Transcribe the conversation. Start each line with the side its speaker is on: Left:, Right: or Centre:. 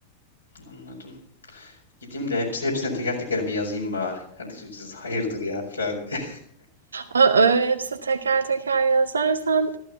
Left: Anladım. Gideyim de hepsi, hepsine teker teker bir yazayım bari. Kardeşim siz hayırdır ya falan diye.
Right: Ama öyle hepsi teker teker yazarsan